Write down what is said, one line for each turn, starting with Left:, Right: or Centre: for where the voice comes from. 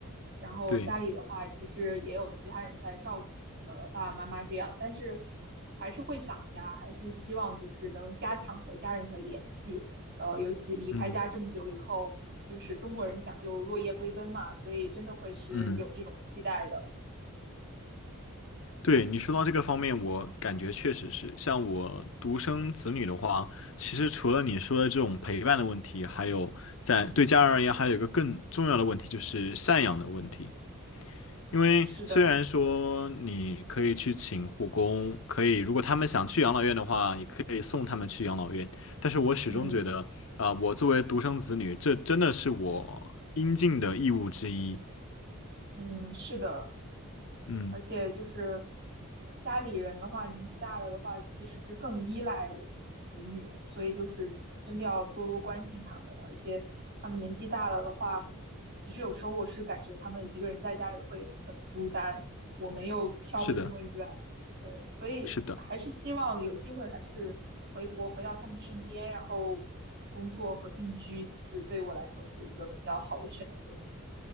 Right: 然后家里的话，
Left: 对，
Right: 其实也有其他人在照顾，呃，爸爸妈妈这样，但是还是会想家，还是希望就是能加强和家人的联系。呃，尤其离开家这么久以后，
Left: 嗯
Right: 就是中国人讲究落叶归根嘛，所以真的会是有这种期待的。
Left: 嗯，对你说到这个方面，我感觉确实是，像我独生子女的话，其实除了你说的这种陪伴的问题，还有在对家人而言，
Right: 嗯，
Left: 还有一个更重要的问题，就是赡养的问题。因为虽然说你可以去请护工，
Right: 是的，
Left: 可以如果他们想去养老院的话，也可以送他们去养老院。但是我始终觉得，
Right: 嗯
Left: 啊、我作为独生子女，这真的是我应尽的义务之一。
Right: 嗯，是的。
Left: 嗯，
Right: 而且就是家里人的话，年纪大了的话，其实是更依赖我们子女，所以就是真的要多多关心他们。而且他们年纪大了的话，其实有时候我是感觉他们一个人在家里会很孤单，我没有飘的这么远，
Left: 是的，
Right: 对，所以还是希望有机会还是回国回到他们身边，
Left: 是的。
Right: 然后工作和定居，其实对我来说是一个比较好的选择。